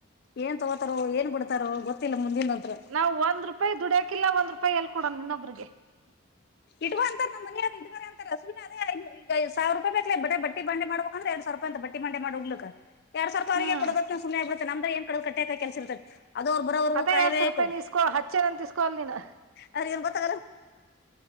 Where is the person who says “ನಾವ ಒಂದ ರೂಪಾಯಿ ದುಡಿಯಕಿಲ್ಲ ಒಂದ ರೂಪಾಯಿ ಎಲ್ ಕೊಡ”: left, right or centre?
Right